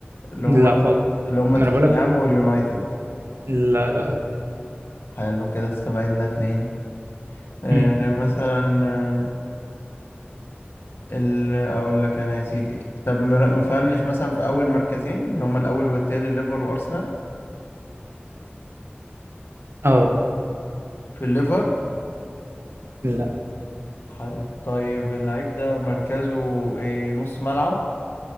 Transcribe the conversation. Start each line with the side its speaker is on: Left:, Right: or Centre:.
Left: اللي
Right: لا
Left: هما
Right: خالص
Left: اللي هما
Right: ما
Left: توتنهام
Right: انا بقولك
Left: واليونايتد
Right: لا لا لا
Left: حلو كده استبعدنا اتنين آه،
Right: أمم.
Left: مثلا آه، ال... اقول لك انا يا سيدي طب مر- مفنش مثلا في اول مركزين اللي هما الاول والتاني الليفر وارسنال
Right: اه
Left: في الليفر
Right: لا
Left: حلو طيب اللعيب ده مركزه إيه نص ملعب